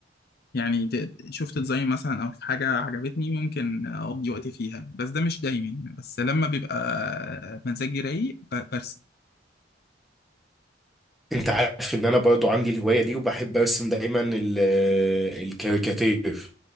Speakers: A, on the left; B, in the centre.
A: يعني د- د- شفت ديزاين مثلا او حاجه عجبتني ممكن اقضي وقتي فيها بس ده مش دايما يعني بس لما بيبقى مزاجي رايق ب- برسم
B: انت عارف ان انا برضو عندي الهواية دي وبحب ارسم دايما ال- الكاريكاتير